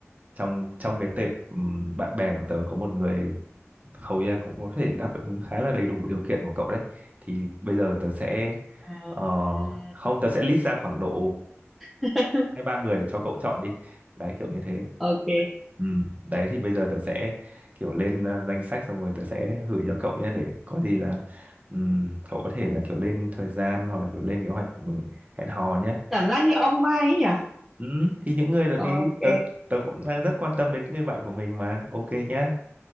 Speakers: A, on the right; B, in the centre.
A: trong trong cái tệp ừ, bạn bè của tớ có một người hầu như là cũng có thể đáp ứng khá là đầy đủ điều kiện của cậu đấy thì bây giờ tớ sẽ
B: à...
A: ờ, không tớ sẽ list ra khoảng độ
B: <laughs>
A: hai ba người để cho cậu chọn đi đấy kiểu như thế
B: ok
A: ừ. đấy thì bây giờ tớ sẽ kiểu lên ờ, danh sách xong rồi tớ sẽ gửi cho cậu nhé để có gì là ừm, cậu có thể là kiểu lên thời gian hoặc là kiểu lên kế hoạch ừ, hẹn hò nhé
B: cảm giác như ông Mai ấy nhỉ
A: ừ. thì những người là
B: Ok,
A: đi tớ tớ cũng đang rất quan tâm đến những người bạn của mình mà ok nhá